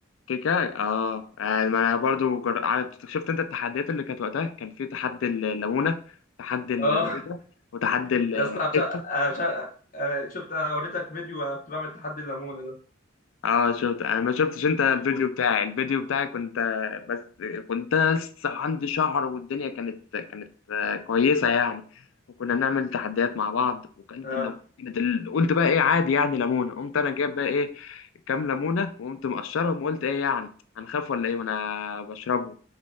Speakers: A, on the left; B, on the left.
A: كيكه اه يعني ما انا برضو جر... عارف- شفت انت التحديات اللي كانت وقتها كان في تحدي الليمونه تحدي البيضه
B: اه
A: وتحدي الكيكه
B: يا اسطى أنا مش عارف- انا مش عارف- أنا شفت انا وريتك فيديو انا كنت بعمل تحدي الليمونه ده
A: اه شفت انا ما شفتش انت الفيديو
B: شفته
A: بتاعي الفيديو بتاعي كنت آه، بس كنت أنا لسه عندي شهر والدنيا كانت كانت آه، كويسه يعني وكنا نعمل تحديات مع بعض وكلت
B: اه
A: الليمونه كانت ال- قلت بقى ايه عادي يعني ليمونه قمت انا جايب بقى ايه كام ليمونه وقمت مقشرهم وقلت ايه يعني هنخاف ولا ايه وانا بشربهم